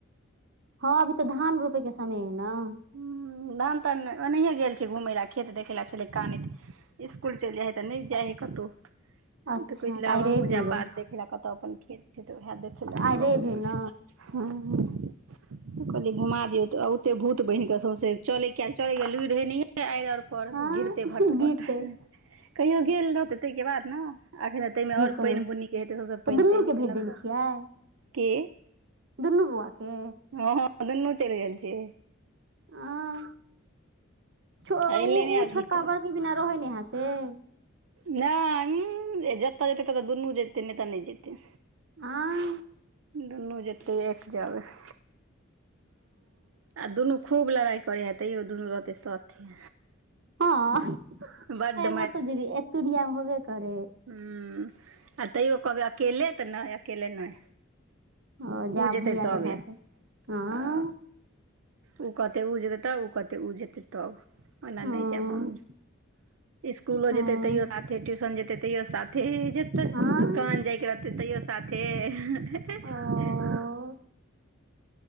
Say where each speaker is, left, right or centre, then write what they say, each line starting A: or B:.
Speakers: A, on the right; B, on the right.
A: हँ, अभी तऽ धान रोपेके समय है ने?
B: हुँ, धान -तान नहि, ओनाहिए गेल छै घूमै लए, खेत देखे लए, छलैत कानैत। स्कूल चल जाय है, त नहि जे है कतउ।
A: अच्छा
B: तऽ कहै छलै, आब
A: आइ रवि
B: हमहुँ जा
A: है ग
B: बाध देखे लए कतहु अपन खेत छै तऽ उएह देखले अपन
A: आइ
B: ल
A: रवि
B: क गेल
A: है ने
B: छै। हँ, कहलिये, घुमा दियऔ तऽ एते भूत बनहि के, सौसे चलै के लुरि रहे आर अर पर,
A: हँ
B: गिरते भट
A: बीते
B: -भट,
A: इहे
B: कहियो गेल रहते ताहिके बाद ने। अखन ताहिमे आओर
A: तऽ
B: पानि बुनी के हेतै सबस
A: तऽ
B: पानि-
A: दुनू
B: तानि
A: के
B: हेतै
A: भेज
B: लगल,
A: देने छियै
B: की?
A: दुनू बुआ के।
B: हँ- हँ, दुन्नू चलि गेल छै।
A: ह, ओ
B: आ एलै नहि
A: ओ
B: अभी
A: छोटका
B: तक
A: बड़की बिना रहे ने अहा हँ।
B: नहि ऊ, जतऽ जेतै ततऽ दुनू जेतै, नहि तऽ नहि जेतै।
A: आँ
B: दुनू जेतै एक जगह आ दुनू खूब लड़ाई करै ए तैयो दुनू रहतै साथे।
A: हँ हे
B: बड्ड
A: बतऽ दीदी एकतुरिया में होबे करय है।
B: हूं आ तैयो कहबै अकेले तऽ नैय अकेले नैय।
A: ओ जाब
B: उ जेतै
A: भैया
B: तबे
A: के साथे
B: ह।
A: हँ
B: उ कहतै उ जेतै तब उ कहतै उ जेतै तब। ओना
A: हँ
B: नैय जैब हम स्कूलो
A: हँ
B: जेतै तैयो साथे ट्यूशन जेतै तैयो सा थे जेतै
A: हँ
B: दुकान जाइके रहतै तैयो साथे <unintelligible>
A: ओ